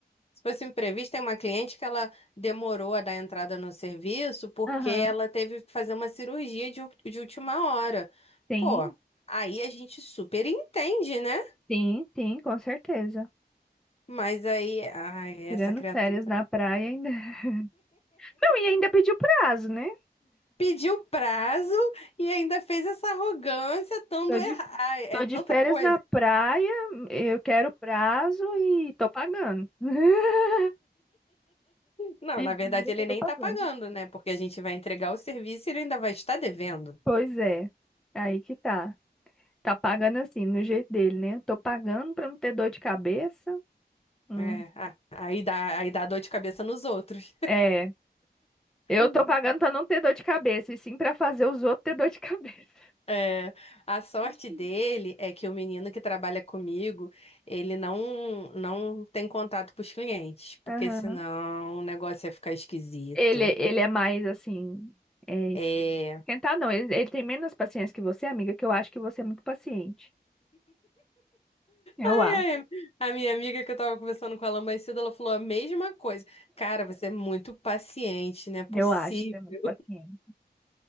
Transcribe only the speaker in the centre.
Aham.
Sim,
sim, sim, com certeza.
Tirando
férias na praia ainda. <laughs> Não, e ainda pediu prazo, né?
Tô
de,
tô
de férias
na praia, eu quero prazo e tô pagando. <laughs>
E
vira
que eu tô
pagando.
Pois é, aí que tá. Tá pagando assim, no jeito dele, né? tô pagando pra não ter dor de cabeça. Hum.
É,
eu tô pagando pra não ter dor de cabeça, e sim pra fazer os outros ter dor de cabeça.
<laughs>
Aham.
Ele, ele é mais assim, é, esqui-
esquentar não, ele, ele tem menos paciência que você, amiga, que eu acho que você é muito paciente. Eu
acho,
eu acho que você é muito paciente.